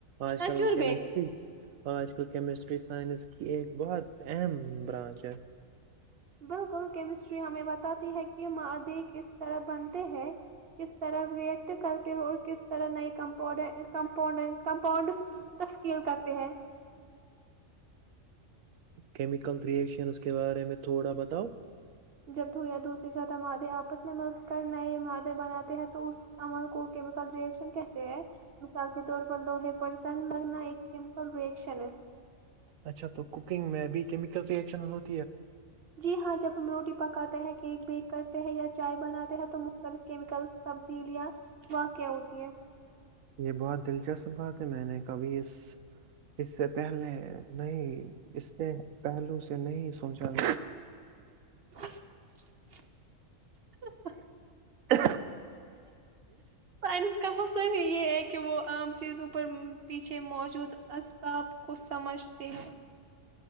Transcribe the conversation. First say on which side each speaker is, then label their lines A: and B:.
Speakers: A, on the right; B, on the right.
A: آج کل
B: تجربے
A: کیمسٹری آج کل کیمسٹری سائنس کی ایک بہت اہم برانچ ہے
B: بالکل کیمسٹری ہمیں بتاتی ہے کہ مادی کس طرح بنتے ہیں کس طرح ریئیکٹ کرتے ہیں اور کس طرح نئے کمپاؤونڈز تشکیل کرتے ہیں
A: کیمیکل رئیکشنز کے بارے میں تھوڑا بتاؤ
B: جب دو یا دو سے زیادہ مادے آپس میں مل کر نئے مادے بناتے ہیں تو اس عمال کو م ریشن کہتے ہیں مثال کے طور پر لوہے پرس تنگ لگنا ایک کیمکل ریئشن ہے
A: اچھا تو کوکنگ میں بھی کیمکل ریئشن ہوتا
B: جی ہاں جب ہم روٹی پکاتے ہیں کیک بیک کرتے ہیں یا چائے بناتے ہیں تو مختلف کیمیکل سب دلیا وہاں کیا ہوتی ہے
A: یہ بہت دلچسپ بات ہے میں نے کبھی اس اس سے پہلے نہیں اس سے پہلو سے نہیں سوچا تھا
B: <inaudible>
A: ہ
B: سائنس کا حصل نہیں یہ ایک کہ وہ عام چیزوں پر پیچھے موجود اسباب کو سمجھتے ہیں